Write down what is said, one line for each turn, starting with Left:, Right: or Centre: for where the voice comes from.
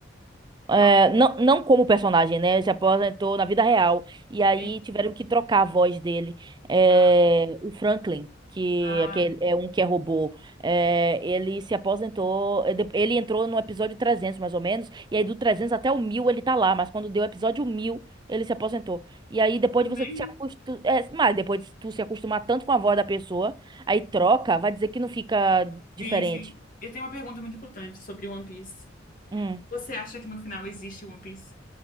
Left: Qual?
Right: É, não, não como personagem, né? Ele se aposentou na vida real. E aí
Left: Quem?
Right: tiveram que trocar a voz dele. É,
Left: Ah,
Right: o Franklin, que
Left: ah,
Right: é aquele- é um que é robô, é, ele se aposentou. é, de- Ele entrou no episódio 300, mais ou menos. E aí do 300 até o 1000 ele tá lá. Mas quando deu o episódio 1000 ele se aposentou. E aí depois
Left: também
Right: de você se acostumar. mas depois de tu se acostumar tanto com a voz da pessoa, aí troca, vai dizer que não fica diferente.
Left: Sim, sim. Eu tenho uma pergunta muito importante sobre One Piece.
Right: Hum.
Left: Você acha que no final existe One Piece?